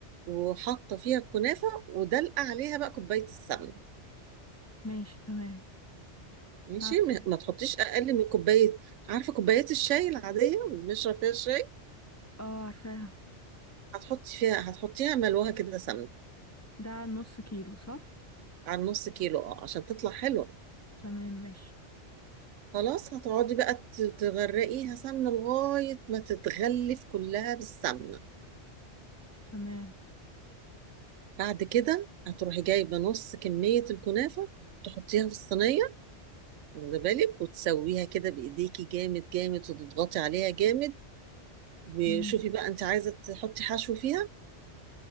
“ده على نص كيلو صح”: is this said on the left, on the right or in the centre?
Left